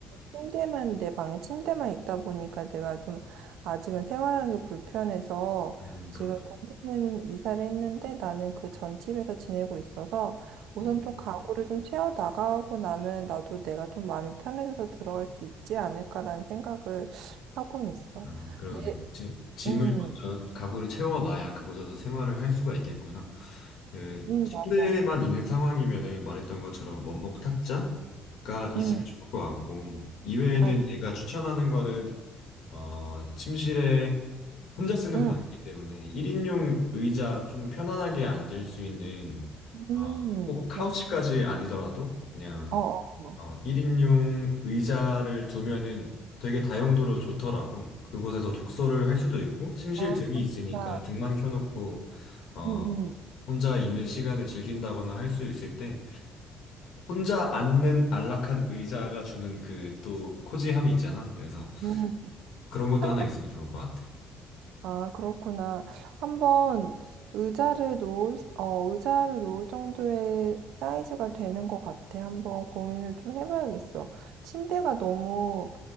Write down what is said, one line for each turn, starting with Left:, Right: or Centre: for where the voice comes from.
Right: 침대만 내 방에 침대만 있다 보니까 내가 좀 아직은 생활하는 게 불편해서
Left: 음,
Right: 지금
Left: 그렇군.
Right: 동생은 이사를 했는데 나는 그 전 집에서 지내고 있어서 우선
Left: 음.
Right: 좀 가구를 좀 채워 나가고 나면 나도 내가 좀 마음이 편해져서 들어갈 수 있지 않을까라는 생각을 하고는 있어.
Left: 음, 그러네.
Right: 네,
Left: 짐, 짐을
Right: 음,
Left: 먼저 가구를 채워놔야 그곳에서 생활을 할 수가 있겠구나. 그
Right: 음,
Left: 침대만
Right: 맞아.
Left: 있는 상황이면은 말했던 것처럼 원목 탁자가 있으면
Right: 음,
Left: 좋을 것 같고 이외에는
Right: 맞아.
Left: 제가 추천하는 거는 어, 침실에 혼자 쓰는
Right: 음,
Left: 방이기 때문에 1인용 의자 좀 편안하게 앉을 수 있는
Right: 음,
Left: 어, 꼭 카우치까지
Right: 그렇구나.
Left: 아니더라도 그냥
Right: 어, 어,
Left: 어, 1인용 의자를 두면은 되게 다용도로 좋더라고. 그곳에서 독서를 할 수도 있고, 침실
Right: 어.
Left: 등이
Right: 아,
Left: 있으니까
Right: 그냥,
Left: 등만 켜놓고, 어,
Right: 음,
Left: 혼자 있는 시간을 즐긴다거나 할 수 있을 때, 혼자 앉는 안락한 의자가 주는 그 또 코지함이 있잖아. 그래서
Right: 음, 음.
Left: 그런 것도
Right: 항상
Left: 하나 있으면 좋을 것 같아.
Right: 아, 그렇구나. 한번 의자를 놓을, 어, 의자를 놓을 정도의 사이즈가 되는 것 같아. 한번 고민을 좀 해봐야겠어. 침대가 너무